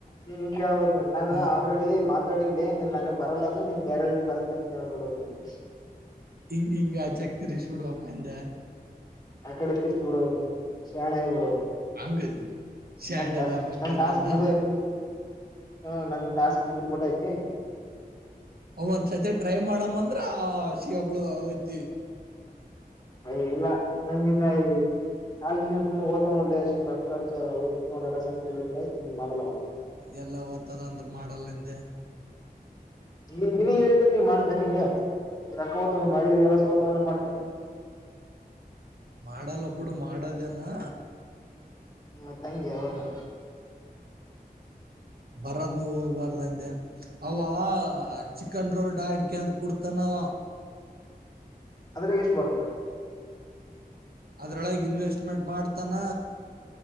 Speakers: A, on the left (about 25°); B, on the right (about 75°).
A: ನೀ ಕೇಳ್ಬೇಕ ನಾನು
B: ಹ್ಮ್
A: ಆಲ್ರೆಡಿ. ಮಾತಾಡಿದೇನ್ ನನ ಬರಲ್ಲ ಅದು ನಿನ್ ಬೇರೆ ಬರುತ್ತ ಅಂತ ಹೇಳ್ಬಿಡಕ್ ನೀನ್.
B: ಇಂಗ ಹಿಂಗ ಚೆಕ್ತರ ಸುಡೋಕ ಅಂದ್ಯ.
A: ಆ ಕಡೆ ತಿರ್ಬ ಬಿಡಬೋಕ ಶಾಣೆ ಆಗಿಬಿಡಬೇಕ್.
B: ಹಂಗ ಶಾಣ್ಯರ್
A: ನನ್ ಟಾಸ್ಕ್
B: ಆಗ್ಬೇಕಂದೆ
A: ನನ್ ಟಾಸ್ಕ್
B: ನಾವು
A: ಮುಗ್ಡೇತಿ. ಹಾ ನನ್ ಟಾಸ್ಕ್ ಮುಗಿದಬಿಟ್ಟೇತಿ.
B: ಅದ ಒಂದ್ಸತಿ ಟ್ರೈ ಮಾಡಮ್ಮ ಅಂದ್ರ ಸಿಗಬಳು ಐತಿ.
A: ಅಯ ಎಲ್ಲ ನಂದ ಇನ್ನ ಅಯ್. ಅಲ ನೀವು ಸುಮ ಹೋಯ್ತವ ನೋಡಲೇ ಸುಮ ರೊಕ್ಕ ಖರ್ಚ ಹೋಗ್ಬಿತ ಎಲ್ಲಾ ಸಂತ ಹೇಳಿದ್ರೆ ಸುಮ ಮಾಡಲ್ಲ ಅವ.
B: ಎಲ್ಲಾ ಹೋಗ್ತಾದ ಅಂದ್ರ ಮಾಡಲ್ಲಂದೆ.
A: ಈಗ ನೀ ಹೇಳ್ತದ ನೀ ಮಾಡ್ತಿ ಏನ್ ನಿಗ. ಈ ರಕ್ಕ ತ ಮಿ ಎಲ್ಲ ಸೋತ ಮಾಡ್ತೇನೆ.
B: ಮಾಡಲ್ಲ ಬಿಡು ಮಾಡದೇನಾ.
A: ಮತ್ತ ಹಂಗೆ ಅವನು.
B: ಬರದನು ಹೋಗ್ಬಾರ್ದಂದೆ ಅವ ಚಿಕನ್ ರೋಲ್ಡ್ ಅಡಿಕೆ ಅಂದ. ಕುಡ್ತನವ.
A: ಅದ್ರಾಗ ಎಷ್ಟು ಬರುತ್ತ.
B: ಅದ್ರೊಳಗೆ ಇನ್ವೆಸ್ಟ್ಮೆಂಟ್ ಮಾಡ್ತಾನ.